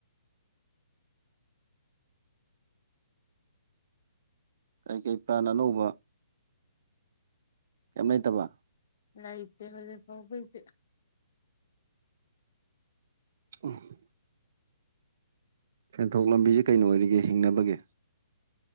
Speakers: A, on the right (about 50°); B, on the left (about 55°).
A: ꯀꯩ ꯀꯩ ꯄ꯭ꯂꯥꯟ ꯑꯅꯧꯕ ꯀꯩꯝ ꯂꯩꯇꯕ
B: ꯂꯩꯇꯦ ꯍꯨꯖꯤꯛ ꯐꯥꯎꯕꯩꯗꯤ
A: ꯎꯝ ꯁꯦꯟꯊꯣꯛ ꯂꯝꯕꯤꯁꯦ ꯀꯩꯅ ꯑꯣꯏꯔꯤꯒꯦ ꯍꯤꯡꯅꯕꯒꯤ